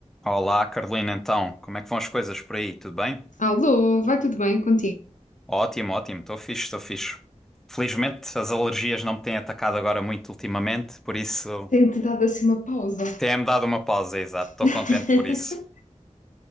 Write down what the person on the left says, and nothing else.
Alô, vai tudo bem contigo?
Tenho-te dado assim uma pausa.
<laughs>